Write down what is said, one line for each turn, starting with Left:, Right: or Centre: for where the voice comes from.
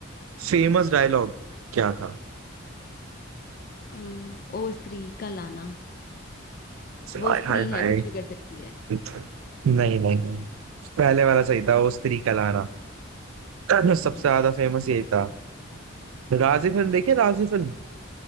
Right: फेमस डायलॉग क्या था
Left: अ, ओ स्त्री का लाना वो
Right: हाय
Left: स्त्री
Right: हाय
Left: है
Right: हाय
Left: कुछ भी कर सकती है
Right: नहीं नहीं नहीं पहले वाला सही था वो स्त्री का लाना <clears throat> सबसे
Left: हम्म,
Right: ज्यादा फेमस यही था राजी फिल्म देखिए राजी फिल्म